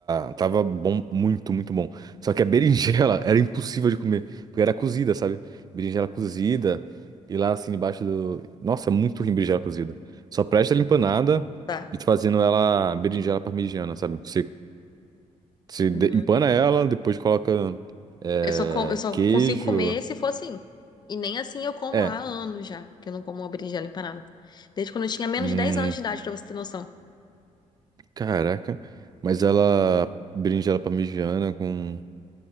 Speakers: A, on the right (about 30°); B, on the left (about 35°).
A: a... tava bom, muito, muito bom. Só que a berinjela <laughs> era impossível de comer, porque era cozida, sabe? Berinjela cozida, e lá assim, debaixo do. Nossa, é muito ruim berinjela cozida. Só presta ela empanada
B: Tá.
A: e tu fazendo ela berinjela parmegiana, sabe? Você, você de-
B: Uhum.
A: empana ela, depois coloca é,
B: Eu só, com- eu só
A: queijo.
B: consigo comer se for assim. E nem assim eu como
A: É,
B: há anos já, que eu não como uma berinjela empanada. Desde quando eu tinha menos
A: hum,
B: de 10 anos de idade, pra você ter noção.
A: caraca. Mas ela, berinjela parmegiana com